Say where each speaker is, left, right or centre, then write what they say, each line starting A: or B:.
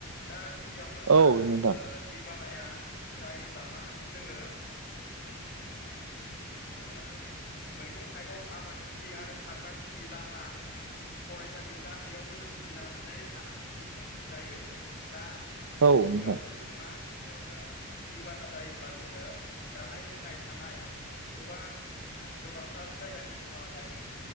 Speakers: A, on the left; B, on the right.
A: दा गिबियावनो
B: औ
A: मा
B: औ
A: ओ
B: नोंथां
A: दैबाना नाया जायोब्ला मा जोङो ओ मैगं थाइगं आबादथिलि आरो थाग्रा खुलि लामा फरायसालि गासैयावबो जों भुगिनानै थानांगौनि गोनां जायो दा
B: औ
A: गिबियावनो
B: नोंथां
A: जोङो मा ओ दैबाना जायोब्ला जोङो जानाय लोंनाय थानाय गोबां गोबांथार जायगानि खहा जायो